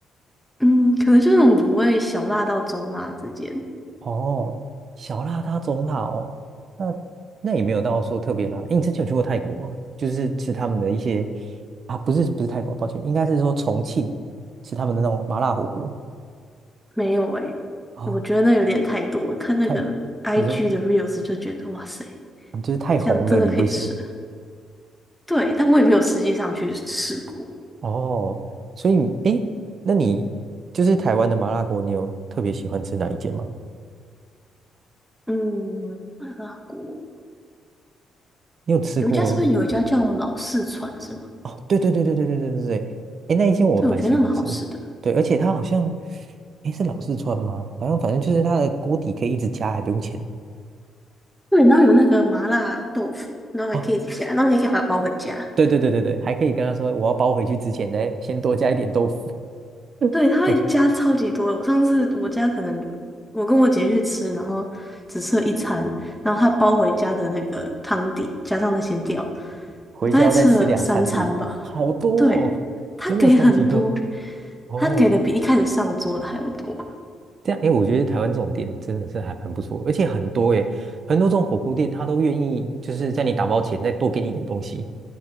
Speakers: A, in the centre; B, on the right.
A: 嗯，可能就那种卤味小辣到中辣之间，
B: 哦，小辣它中辣哦，那那也没有到说特别辣。诶，你之前有去过泰国吗？就是吃他们的一些啊，不是不是泰国，抱歉，应该是说重庆吃他们的那种麻辣火锅
A: 没有哎、
B: 哦，
A: 我觉得那有点太多。我看那个
B: 太，
A: IG
B: 你说
A: 的 reels 就觉得哇塞，
B: 嗯就是太红的你不行
A: 这样真的可以吃。对，但我也没有实际上去试过。
B: 哦，所以你诶，那你就是台湾的麻辣锅，你有特别喜欢吃哪一间吗？
A: 嗯，麻辣锅。
B: 你有吃过？
A: 有一家是不是有一家叫老四川是吗？
B: 哦，对对对对对对对对对，哎，那一间我蛮喜欢吃的，
A: 对，我觉得那蛮好吃的。
B: 对，而且它好像，哎，是老四川吗？好像反正就是它的锅底可以一直加，还不用钱。
A: 对，然后有那个麻辣豆腐，然后还可以自己加，
B: 哦，
A: 然后你也可以把它包回家。
B: 对对对对对，还可以跟他说我要包回去之前呢，先多加一点豆腐，
A: 对，
B: <laughs>
A: 它会加超级多。
B: 我就
A: 我上次我家可能我跟我姐去吃，然后只吃了一餐，然后她包回家的那个汤底加上那些料，
B: 回家要再吃两餐，
A: 我大概吃了三餐吧。
B: 是不是？好多哦，
A: 对，她给很多，
B: 真的超级多哦。
A: 她给的比一开始上桌的还要多。
B: 这样，哎，我觉得台湾这种店真的是还蛮不错，而且很多哎，很多这种火锅店他都愿意就是在你打包前再多给你一点东西，